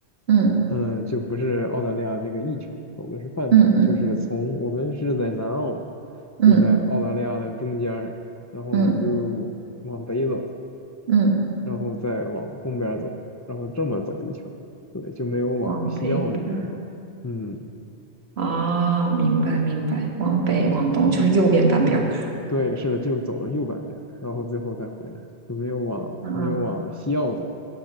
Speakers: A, on the right; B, on the left.
A: 嗯
B: 嗯，就不是澳大利亚这个一圈，走的是半圈儿就是从我们是在南澳嘛，
A: 嗯嗯嗯
B: 就在澳大利亚的中间儿然后我们就往北走，
A: 嗯嗯，
B: 然后再往东边儿走，然后这么走一圈儿对，就没有往西澳那边走，
A: 往北边儿
B: 嗯，
A: 啊，明白明白，
B: 对，
A: 往北往东就是右边半边儿。
B: 对对，是的，就走了右半边儿然后最后再回来，就没有往没有往西澳走，
A: 啊，